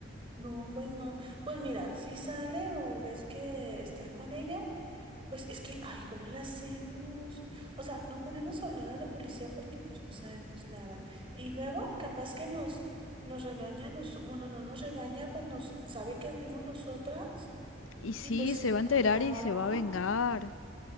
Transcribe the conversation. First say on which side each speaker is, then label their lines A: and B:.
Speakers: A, on the right (about 25°); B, on the left (about 85°).
A: No, pues no. Pues mira, si sale o ves que está con ella, pues es que, ay, ¿cómo la hacemos? O sea, no podemos hablar a la policía porque pues no sabemos nada. Y luego, capaz que nos, nos regaña, nos, bueno, no nos regaña, pues nos sabe que fuimos nosotras.
B: Y sí,
A: Y pues sí,
B: se va a enterar
A: ajá.
B: y se va a vengar.